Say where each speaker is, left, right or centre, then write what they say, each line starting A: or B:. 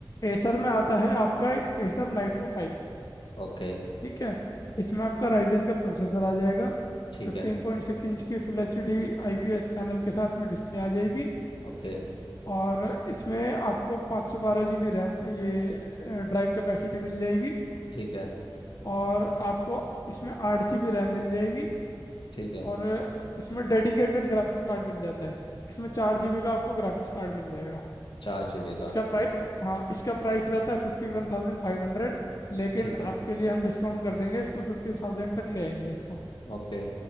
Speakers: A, on the left; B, on the left.
A: एसर में आता है आपका एसर नाइट्रो फाइव
B: ओके
A: ठीक है इसमें आपका राइजन का प्रोसेसर आ जाएगा
B: ठीक
A: 15.6
B: है
A: इंच की full H D I P S panel के साथ में डिस्प्ले आ जाएगी
B: ओके
A: और इसमें आपको 512 GB रैम ये ड्राइव कैपेसिटी मिल जाएगी
B: ठीक है
A: और आपको इसमें आठ GB रैम मिल जाएगी
B: ठीक है
A: और इसमें डेडिकेटेड ग्राफिक्स कार्ड मिल जाता है इसमें चार GB का आपको ग्राफिक्स कार्ड मिल जाएगा
B: चार जीबी
A: इसका
B: का
A: प्राइस हाँ इसका प्राइस रहता है फिफ्टी वन थाउजेंड फाइव हंड्रेड लेकिन
B: ठीक है
A: आपके लिए हम डिस्काउंट कर देंगे इसको फिफ्टी थाउजेंड तक ले आएंगे इसको
B: ओके